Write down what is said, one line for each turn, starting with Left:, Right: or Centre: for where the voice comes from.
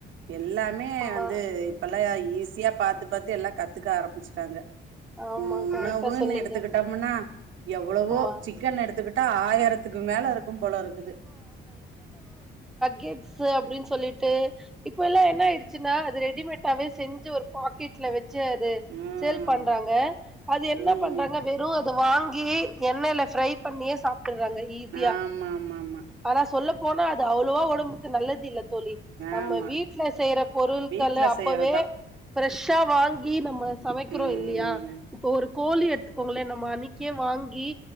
Right: எல்லாமே
Centre: ஆமா
Right: வந்து இப்பல்லா ஈஸியா பாத்து அது பாத்து எல்லா கத்துக்க ஆரம்பிச்சுட்டாங்க
Centre: ஆமா
Right: உ
Centre: கரெக்டா
Right: உணவுன்னு
Centre: சொன்னீங்க
Right: எடுத்துக்கிட்டோம்னா எவ்வளவோ
Centre: ஆமா
Right: சிக்கன் எடுத்துக்கிட்டா ஆயிரத்துக்கு மேல இருக்கு போல இருக்குது
Centre: கிஃப்ட்ஸ் அப்டின்னு சொல்லிட்டு இப்ப எல்லா என்ன ஆயிடுச்சுன்னா அது ரெடிமேட்டாவே செஞ்சு ஒரு பாக்கெட்ல வச் ஞ்சு அது
Right: ம்
Centre: சேல் பண்றாங்க அது என்ன
Right: ம்
Centre: பண்றாங்க வெறும் அ வாங்கி எண்ணெய்ல ஃப்ரைரை பண்ணியே சாப்டுறாங்க ஈஸியா
Right: ஆமா ஆமா ஆமா
Centre: ஆனா சொல்ல போனா அது அவ்ளோவா உடம்புக்கு நல்லது இல்ல தோழி நம்ம
Right: ஆமா
Centre: வீட்டுல செய்ற பொருட்கள்
Right: வீட்ல
Centre: அப்பவே
Right: செய்யறதா
Centre: ஃப்ரெஷ்ஷா வாங்கி நம்ம சமைக்கிறோ
Right: ம்
Centre: இல்லையா இப்ப ஒரு கோழி எடுத்துக்கோங்களே நம்ம அன்னைிக்கே வாங்கி